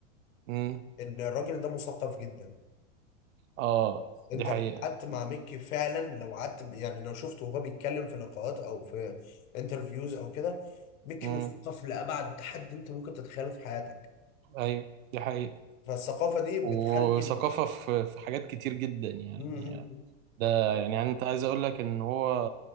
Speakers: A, on the right; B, on the left.
A: امم
B: ان الراجل ده مثقف جدا
A: اه
B: انت
A: دي حقيقة
B: لو قعدت مع ميكي فعلا لو قعدت يعني لو شفته وهو بيتكلم في لقاءات او في انترفيوز او كده ميكي
A: امم
B: مثقف لابعد حد انت ممكن تتخيله في حياتك
A: ايوه دي حقيقة
B: فالثقافه دي بتخلي
A: وثقافة
B: م-
A: في في حاجات كتير جدا يعني
B: م-
A: ده يعني أنت عايز أقول لك إن هو